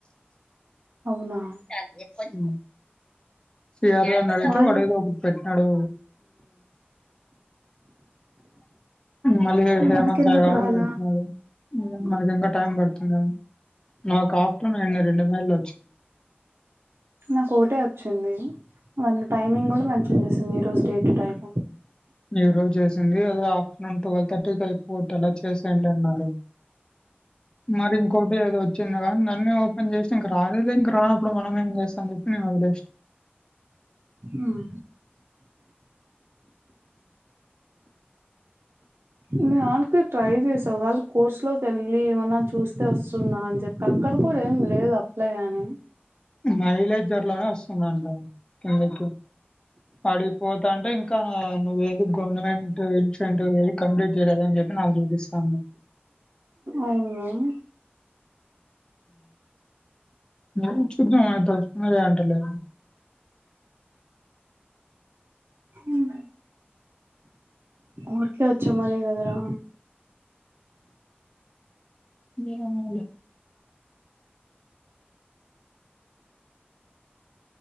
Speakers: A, on the right (about 80°); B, on the left (about 20°).
A: అవునా
B: <unintelligible> శ్రీహరిగన్ని అడిగితే
A: వాళ్ళు
B: వాడేదొకటి పెట్టినాడు మళ్ళీ హేమంత్
A: మనకెందుకు
B: గాడు
A: రాలా
B: పెట్నాడు మనకింకా టైం పడుతుందని నాకు ఆఫ్టర్నూన్ నిన్న రెండు మెల్
A: నా కోటే ఓచ్చింది అం టైమింగ్ గూడా మంచి అనేస్తుంది ఈ రోజు డేటు టైమ్
B: ఈ రోజు చేసింది అది ఆఫ్టర్నూన్ టువెల్ థర్టీకి అయిపోగొట్టెల చేసేయండి అన్నారు మరి ఇంకోటి ఏదో ఓచ్చింది గదా నన్నే ఓపెన్ చెస్ ఇంక రాలేదె ఇంక రానప్పుడు మనం ఏం జేస్తా అని చెప్పి నెన్ ఒదిలేషిన
A: అహ నాక్ ట్రై చేసా ఒగళ కోర్స్ లోకేళ్ళి ఏమ నా చూస్తే ఓస్తుందా అని చేప్పి అక్కడ కూడా ఏం లేదు అప్లై అని
B: మైలేజ్ర్ అట్లానే ఓస్తుందంట కిందకి పడిపోతంటే ఇం కా నువ్వేద్ దుక్ గవర్నమెంటు ఇన్స్టిట్యూట్ కంప్లీట్ జేయలేదని జేప్పి నాకు చూపిస్థంది
A: అవున
B: మ్మ్ చుద్ధం <unintelligible> లే
A: మ్మ్ ఆర్కే ఒచ్చే మనే కదరా
B: ఏమొలే